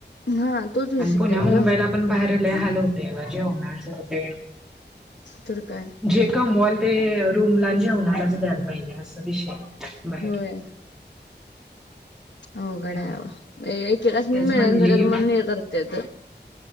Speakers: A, on the left; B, in the centre.
A: हा तोच विषय
B: आणि पुण्या
A: आहे
B: मुंबईला,
A: ग
B: पण बाहेरला हाल होतय ग जेवणाच तेन.
A: तर काय.
B: जे कमवाल ते रूमला आणि जेवणालाच द्यायला पाहिजे अस विषय बाहेर.
A: होय अवघड
B: त्यामुळे
A: हाय बाबा. त्यासनि
B: तेच
A: मिळेन
B: म्हणली
A: झाल्यात म्हणून हे करत्यात.